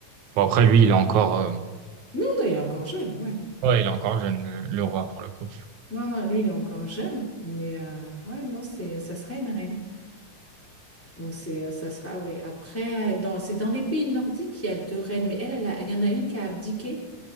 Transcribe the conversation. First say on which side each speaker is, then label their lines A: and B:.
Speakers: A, on the right; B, in the centre.
A: bon après lui, il est encore euh,
B: Non, non, il est encore jeune, ouais.
A: ouais, il est encore jeune le, le roi pour le coup.
B: Non, non, lui, il est encore jeune, mais euh, ouais, non, c'est, ça sera une reine. Donc, c'est, euh, ça sera, ouais. Après, euh, dans, c'est dans les pays nordiques qu'il y a deux reines, mais elle, elle a- il y en a une qui a abdiqué